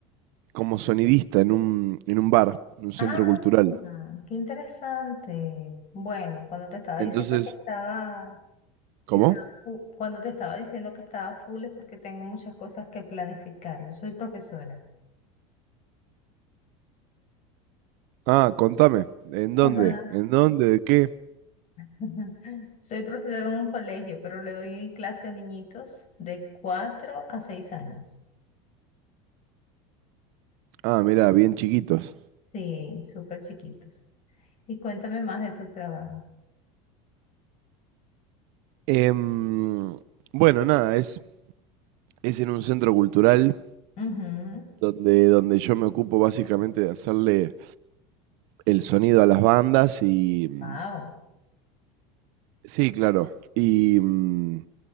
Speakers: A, on the right (about 65°); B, on the left (about 45°).
A: como sonidista en un, en un bar, en un centro
B: Ah,
A: cultural.
B: qué interesante. Bueno, cuando te estaba diciendo
A: Entonces,
B: que estaba
A: ¿cómo?
B: que estaba fu- Cuando te estaba diciendo que estaba full es porque tengo muchas cosas que planificar. Yo soy profesora.
A: Ah, contame. ¿En dónde?
B: Ajá.
A: ¿En dónde? ¿De qué?
B: <laughs> Soy profesora en un colegio, pero le doy clase a niñitos de cuatro a seis años.
A: Ah, mirá, bien chiquitos.
B: Sí, súper chiquitos. Y cuéntame más de tu trabajo.
A: Em, bueno, nada, es, es en un centro cultural
B: Ujú.
A: donde, donde yo me ocupo básicamente de hacerle el sonido a las bandas y... mm,
B: Wow.
A: Sí, claro. Y... mm,